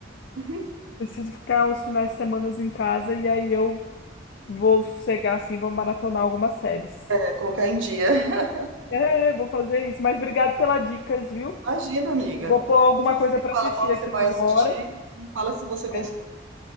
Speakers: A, on the right (about 80°); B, on the left (about 60°).
A: Uhum.
B: Preciso ficar os finais de semana em casa e aí eu vou sossegar, assim, vou maratonar algumas séries.
A: É, colocar em dia. <laughs>
B: É, vou fazer isso. Mas obrigado pelas dicas, viu?
A: Imagina, amiga.
B: Vou pôr
A: Depois
B: alguma
A: você
B: coisa
A: me
B: para
A: fala
B: assistir
A: qual que
B: aqui
A: você vai assistir
B: agora.
A: e me fala se você gostou.
B: É,